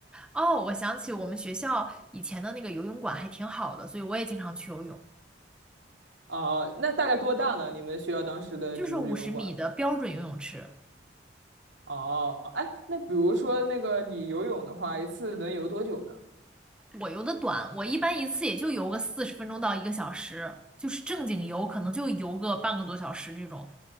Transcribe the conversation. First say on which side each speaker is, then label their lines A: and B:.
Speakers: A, in the centre; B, on the right (about 80°).
A: 哦，我想起我们学校以前的那个游泳馆还挺好的，所以我也经常去游泳，
B: 啊、那大概多大呢？你们学校当时的就是游泳馆？
A: 就是五十米的标准游泳池。
B: 哦，哎，那比如说那个你游泳的话，一次能游多久呢？
A: 我游的短，我一般一次也就游个四十分钟到一个小时，就是正经游可能就游个半个多小时这种。